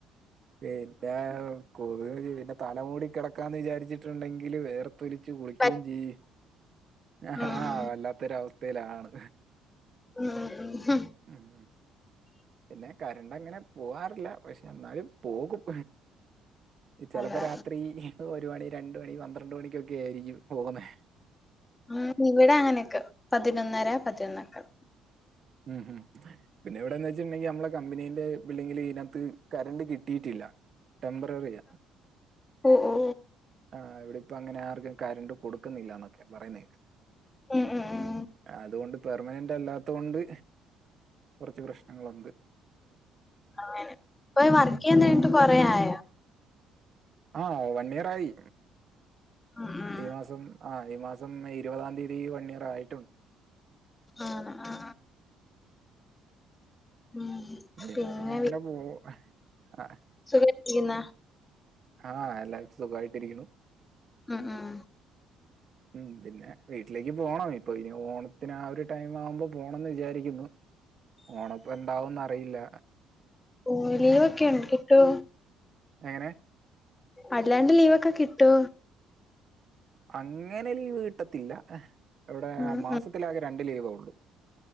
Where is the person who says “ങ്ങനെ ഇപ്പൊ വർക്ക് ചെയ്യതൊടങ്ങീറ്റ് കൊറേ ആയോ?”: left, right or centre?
Left